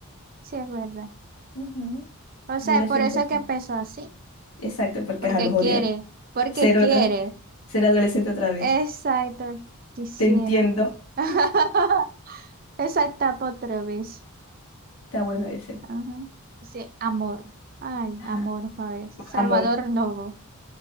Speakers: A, on the right (about 40°); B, on the left (about 70°).
A: Sí, es verdad.
B: Ujú,
A: O sea,
B: Yo lo
A: por
B: siento
A: eso
B: así.
A: es que empezó así.
B: Exacto, porque
A: Porque
B: a los odia.
A: quiere, porque
B: Ser
A: quiere.
B: otra, ser adolescente otra vez.
A: Exacto, quisiera.
B: Te entiendo.
A: <laughs>
B: <laughs>
A: Exacta otra vez.
B: Está bueno ese.
A: Ajá. Dice, amor. Ay,
B: Ajá.
A: amor, a ver. Salvador
B: Más amor.
A: Novo.